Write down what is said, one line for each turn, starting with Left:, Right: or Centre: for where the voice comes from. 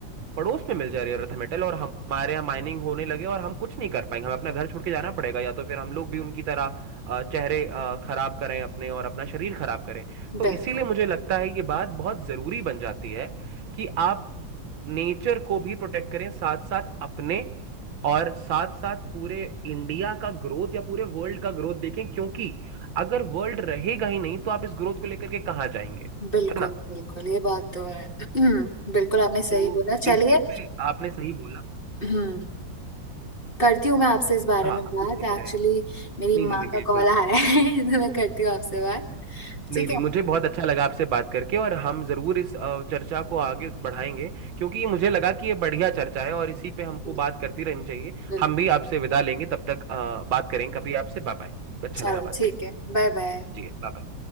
Right: पड़ोस में मिल जाए रेयर अर्थ मेटल और हमारे यहाँ माइनिंग होने लगे और हम कुछ नहीं कर पाएंगे हमें अपना घर छोड़ के जाना पड़ेगा या तो फिर हम लोग भी उनकी तरह अ, चेहरे अ, खराब करें अपने और अपना शरीर खराब करें तो
Left: बिल्कुल
Right: इसीलिए मुझे लगता है ये बात बहुत जरूरी बन जाती है कि आप नेचर को भी प्रोटेक्ट करें साथ साथ अपने और साथ साथ पूरे इंडिया का ग्रोथ या पूरे वर्ल्ड का ग्रोथ देखें क्योंकि अगर वर्ल्ड रहेगा ही नहीं तो आप इस ग्रोथ को लेकर के कहाँ जाएंगे है
Left: बिल्कुल
Right: ना
Left: बिल्कुल ये बात तो है <clears throat> बिल्कुल आपने
Right: तो
Left: सही बोला चलिए
Right: इसी पे आपने सही बोला
Left: हम्म करती हूँ मैं आपसे इस बारे
Right: हाँ
Left: में
Right: आप
Left: बात
Right: कुछ कह
Left: एक्चुअली
Right: रहे हैं
Left: मेरी
Right: नहीं
Left: माँ
Right: नहीं नहीं बिल्कुल
Left: का कॉल आ रहा है <laughs> तो मैं करती हूँ आपसे बात
Right: नहीं
Left: ठीक
Right: नहीं
Left: है
Right: मुझे बहुत अच्छा लगा आपसे बात करके और हम जरूर इस अ, चर्चा को आगे बढ़ाएंगे क्योंकि मुझे लगा कि ये बढ़िया चर्चा है और इसी पे हमको
Left: बिल्कुल
Right: बात करती रहनी चाहिए
Left: बिल्कुल
Right: हम भी आपसे विदा लेंगे तब तक अ, बात करेंगे कभी आपसे Bye bye अच्छा
Left: चलो
Right: लगा बात
Left: ठीक
Right: करके
Left: है बाय बाय
Right: जी बाय बाय